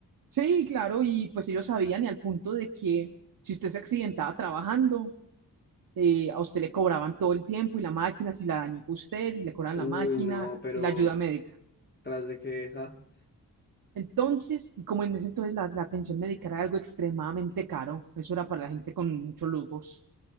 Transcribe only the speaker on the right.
Sí, claro, y pues ellos sabían y al punto de que si usted se accidentaba trabajando, eh, a usted le cobraban todo el tiempo y la máquina, si la dañó fue usted y le cobraban
la máquina
y la ayuda médica.
Entonces, y como en ese entonces la, la atención médica era algo extremadamente caro, eso era para la gente con muchos lujos,